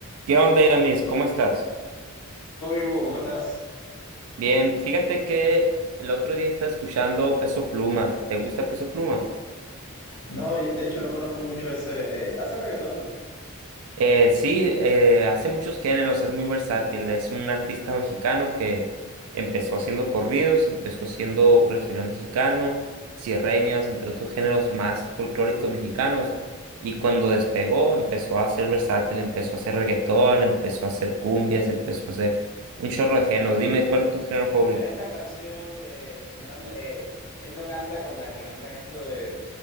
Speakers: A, on the right (about 85°); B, on the left (about 65°).
A: ¿Qué onda, Iramis? ¿Cómo estás?
B: Todo bien, Hugo, ¿cómo estás?
A: Bien, fíjate que el otro día estaba escuchando Peso Pluma. ¿Te gusta Peso Pluma?
B: No, de hecho no conozco mucho ese, eh, hace reggaetón, ¿no?
A: Eh, sí, eh, hace muchos géneros, es muy versátil. Es un artista mexicano que empezó haciendo corridos, empezó haciendo regional mexicano, sierreñas, entre otros géneros más folclóricos mexicanos. Y cuando despegó, empezó a ser versátil, empezó a hacer reggaetón, empezó a hacer cumbias, empezó a hacer un chorro de géneros. Dime, ¿cuál es tu género favorito?
B: Pero esta canción de, no es, la- eh, él no canta con las que cantan esto de